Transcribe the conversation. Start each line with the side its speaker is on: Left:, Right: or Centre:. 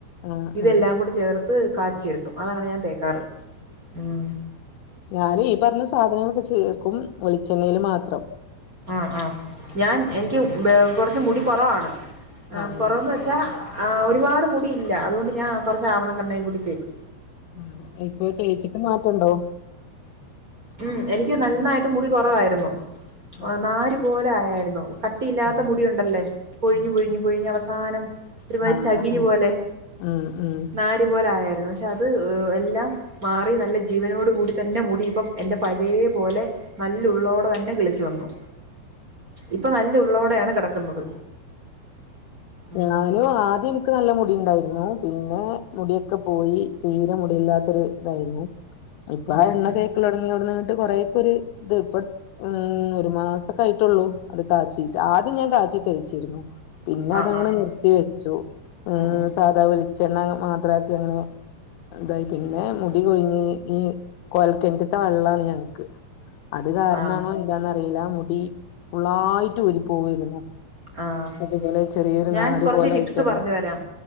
Left: ആഹ്
Right: ഇതെല്ലാം
Left: ആഹ്
Right: കൂടെ ചേർത്ത് അത് കാച്ചി എടുക്കും അതാണ് ഞാൻ തേക്കാറ് ഉം
Left: ഞാൻ ഈ പറഞ്ഞ സാധനങ്ങളൊക്കെ ചേർക്കും വെളിച്ചെണ്ണയില് മാത്രം
Right: ആഹ ആഹ ഞാൻ എനിക്ക് കുറച്ച് മുടി കുറവാണ് ആ
Left: ആഹ്
Right: കൊറവന്ന്
Left: എനിക്കും
Right: വെച്ചാ
Left: കൊറവാണ്
Right: ഒരുപാട് മുടിയില്ല അതുകൊണ്ട് ഞാൻ കൊറച്ച ആവണക്കെണ്ണയും കൂടിത്തേക്കും
Left: ആ ഇപ്പൊ തേച്ചിട്ട് മാറ്റണ്ടോ
Right: ഉം എനിക്ക് നന്നായിട്ട് മുടി കുറവായിരുന്നു
Left: ആഹ്
Right: ആ നരുപലെ ആയായിരുന്നു കട്ടിയില്ലാത്ത
Left: ആഹ്
Right: മുടി ഉണ്ടല്ലേ പൊ ഴിഞ്ഞു
Left: ആഹ്
Right: പഴിഞ്ഞു പഴിഞ്ഞഞ് അവസാനം ഒരുമാതിരി
Left: ആഹ് ആഹ്
Right: ചകിരി
Left: ആഹ് ആഹ്
Right: പോലെ
Left: ഉം ഉം
Right: നാരി പോലെ ആയായിരുന്നു പക്ഷെ അത് ഏ എല്ലാം മാറി നല്ല ജീവനോടു കൂടി തന്നെ മുടി ഇപ്പം എന്റെ പഴയെ പോലെ നല്ല ഉള്ളോടെ തന്നെ കിളിച്ചു വന്നു ഇപ്പൊ നല്ല ഉള്ളോടെയാണ് കിടക്കുന്നത് ഉം
Left: ഞാനും ആദ്യം എനിക്ക് നല്ല മുടി ണ്ടായി രുന്നു പിന്നെ മുടിയൊക്കെ പോയി തീരെ മുടിയില്ലാത്തൊരു ഇതായിരുന്നു ഇപ്പൊ ആ
Right: ഉം
Left: എണ്ണ
Right: ഉം
Left: തേക്ക തുടങ്ങി ഇവിടുന്നിട്ട് കുറെ ഒരു ഇത് ഇപ്പം ഉ ഒരു മാസക്കെ ആയിട്ടുള്ളൂ അത് തായ്‌ത്തിട്ട് ആദ്യം ഞാൻ <unintelligible> തരിച്ചിരുന്നു പിന്നെ
Right: ആഹ്
Left: അതങ്ങനെ
Right: ആഹ്
Left: നിർത്തി വെച്ചു
Right: ഉം ഉം
Left: സാധാ വിലിച്ചു ചെണ്ണ മാത്രക്കി അങ്ങനെ ഇതായി പിന്നെ മുടി കൊഴിഞ്ഞ് ഈ കോയൽ കിണറിത്തെ വെള്ളാണ് ഞങ്ങക്ക് അത് കാരണമാണോ
Right: ആഹ്
Left: എന്താണ് അറില മുടി ഫുള്ളായിട്ട് ഊരി പോവേര്ന്നു
Right: ആഹ്
Left: അതുപോലെ ചെറിയൊരു
Right: ഞാൻ
Left: നാര്
Right: കുറച്ച്
Left: പോലെ
Right: ടിപ്സ്
Left: ആയിട്ടങ്ങനെ
Right: പറഞ്ഞു തരാം